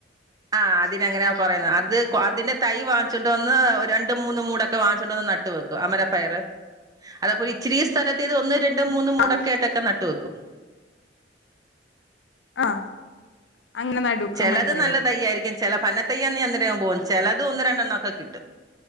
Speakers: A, on the right (about 20°); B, on the left (about 75°).
A: ആഹ് അതിനങ്ങനെയാ പറയുന്നെ അത് അതിൻറെ തൈ വാങ്ങിച്ചോണ്ട് വന്ന് രണ്ട് മൂന്ന് മൂടൊക്കെ വാങ്ങിച്ചോണ്ട് വന്ന് നട്ട് വെക്കും അമരപ്പയറ് അതേപോലെ ഇച്ചിരി സ്ഥലത്തിത് ഒന്ന് രണ് ണ്ട് മൂന്ന് മൂടക്കെ
B: ആഹ്
A: യാട്ടൊക്കെ നട്ട് കേക്കും
B: ആഹ് അങ്ങനെ നടും
A: ചെലത്
B: ആഹ് മനസ്സിലായി
A: നല്ലതയ്യായിരിക്കും ചെല പന്ന തയ്യന്നെ അന്നേരെ പോവും ചെലത് ഒന്ന് രണ്ടെണ്ണോക്കെ കിട്ടും